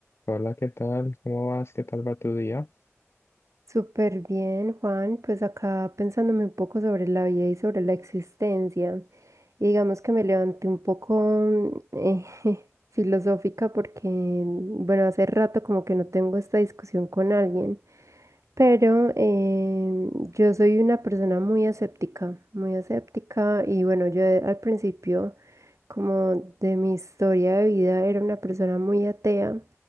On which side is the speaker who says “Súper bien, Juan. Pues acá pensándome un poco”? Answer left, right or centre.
Right